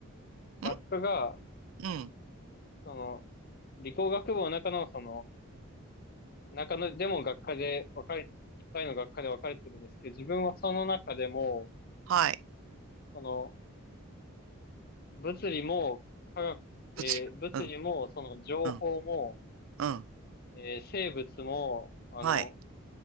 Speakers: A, on the right (about 65°); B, on the left (about 45°).
A: ん
B: 学科が、
A: うん。
B: その、理工学部の中の、その、中の、でも学科で分かれ、いっぱいの学科で分かれてるんですけど、自分はその中でも、
A: はい。
B: その、物理も、科学、
A: 物理。
B: えー物理も、
A: うん。
B: その、情報も、
A: うん。うん。
B: えー生物も、あの、
A: はい。